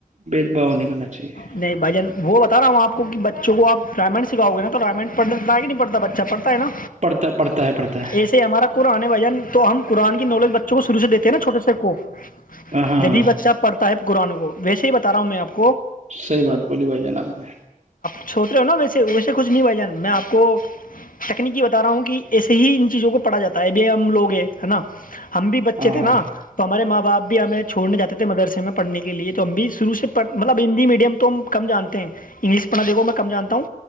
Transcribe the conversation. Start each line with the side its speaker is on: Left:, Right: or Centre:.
Right: بھید بھاؤ نہیں کرنا چاہیے
Left: نہیں بھجن وہ بتا ا ہ آپ کو کہ بچوں کو آپ ڈائمنڈ سکھاؤ گے نا تو ڈائمنڈ پڑنے نہیں پڑتا بچہ پڑتا ہے نا
Right: پڑھتا پڑھتا ہے پڑھتا ہے
Left: ایسے ہمارا قرآن نے بجن تو ہم قرآن کی نولج بچوں کو شروع سے دیتے ہیں نا چھوٹے سے کو
Right: ہاں ہاں
Left: جبھی
Right: ہاں
Left: بچہ پڑھتا ہے قران کو ویے ہی بتا رہا ہوں میں آپ کو
Right: سی بات بولی بھائی جناب نے
Left: چھوٹ رہے ہو نا ویسے ویسے کچھ نہیں بھائی جان میں آپ کو تکنیکی بتا رہا ہوں کہ ایسے ہی ان چیزوں کو پڑھا جاتا ہے بے ہم لوگ ہیں ہے نا ہم بھی بچے
Right: ہاں
Left: تھے
Right: ہاں
Left: نا تو ہمارے ماں باپ <inaudible> چھوڑنے جاتے تھے مدرسے میں پڑھنے کے لیے تو ہم بھی شروع سے مطلب ہندی میڈیم تو ہم کم جانتے ہیں انگلش پڑھنا دیکھو میں کم جانتا ہوں